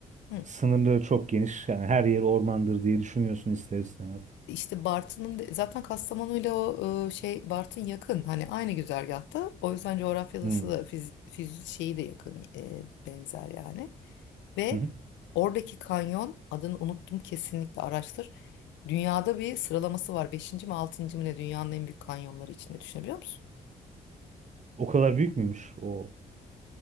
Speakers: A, on the left (about 70°); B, on the right (about 40°).
A: Hı.
B: Sınırları çok geniş. Yani her yeri ormandır diye düşünüyorsun ister istemez.
A: İşte Bartın'ın de- zaten Kastamonu'yla o e, şey Bartın yakın hani aynı güzergahta o yüzden coğrafyası
B: Hmm.
A: da fiz, fiz- şeyi de yakın e, benzer yani ve
B: Hı hı.
A: oradaki kanyon adını unuttum kesinlikle araştır dünyada bir sıralaması var beşinci mi altıncı mı ne dünyanın en büyük kanyonları içinde düşünebiliyor musun?
B: O kadar büyük müymüş o?